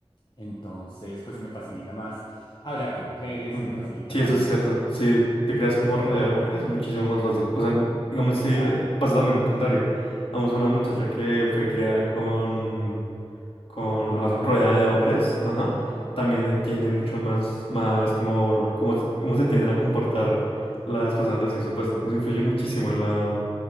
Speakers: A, on the left (about 45°); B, on the left (about 65°).
A: entonces pues se me facilita más hablar con mujeres,
B: Mm,
A: se me facilita
B: Sí,
A: más,
B: eso es cierto. Si te creas como
A: total,
B: rodeada de mujeres es muchísimo más fácil. O sea, n- digamos, si
A: Exacto.
B: el- pasa también el contrario. Vamos, una muchacha que fue creada con con
A: Con puros
B: al-
A: hombres
B: rodeada
A: y hermanos.
B: de hombres, ajá,
A: Ujú.
B: también entiende mucho más, más cómo, cómo, cómo se tienden a comportar las personas del sexo opuesto. Nos influye muchísimo en la,